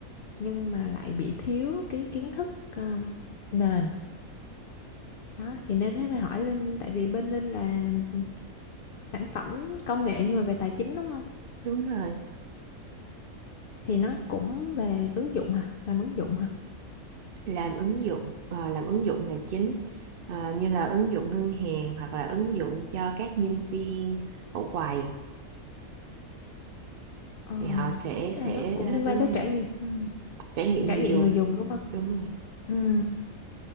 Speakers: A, on the left; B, on the right.
A: nhưng mà lại bị thiếu cái kiến thức um, nền đó thì nên mới hỏi Linh tại vì bên Linh là sản phẩm công nghệ nhưng mà về tài chính đúng không?
B: đúng rồi
A: Thì nó cũng về ứng dụng hả? Làm ứng dụng hả?
B: làm ứng dụng ờ, làm ứng dụng là chính Ờ, như là ứng dụng ngân hàng hoặc là ứng dụng cho các nhân viên ở quầy
A: Ờ,
B: thì họ sẽ sẽ
A: là nó cũng liên
B: đúng
A: quan tới
B: rồi
A: trải nghiệm ừm,
B: trải nghiệm
A: trải
B: người
A: nghiệm
B: dùng
A: người dùng đúng không?
B: đúng rồi
A: Ừm,